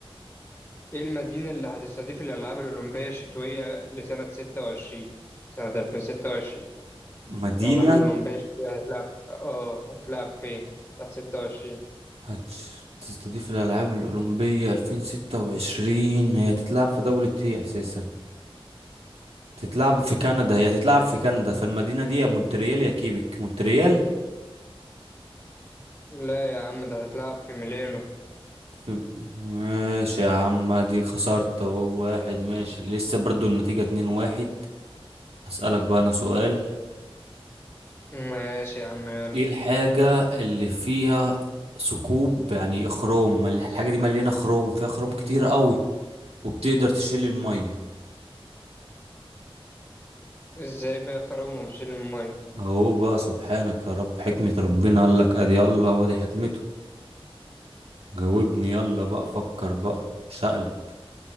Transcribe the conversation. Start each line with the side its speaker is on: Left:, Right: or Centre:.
Left: إيه المدينة اللي هتستضيف الألعاب الأولمبية الشتوية لسنة 26 سنة 2026
Right: مدينة
Left: الألعاب الأولمبية الشتوية هتتلعب آه هتتلعب فين؟ بتاعت 26
Right: هتستضيف الألعاب الأولمبية 2026 هي هتتلعب في دولة ايه أساسا؟ تتلعب في كندا هي تتلعب في كندا فالمدينة دي يا مونتريال يا كيبك مونتريال
Left: لا يا عم ده هتتلعب في ميلانو
Right: في... ماشي يا عم دي خسرت أهو، واحد ماشي لسه برضو النتيجة اتنين واحد هسألك بقى أنا سؤال
Left: ماشي يا عم يلا
Right: ايه الحاجة اللي فيها ثقوب يعني خروم مل- الحاجة دي مليانة خروم فيها خروم كتير قوي وبتقدر تشيل المية
Left: إزاي فيها خرام وبتشيل المية
Right: اهو بقى سبحانك يا رب حكمة ربنا قالك ادي الله وادي حكمته جاوبني يلا بقى فكر بقى تشقلب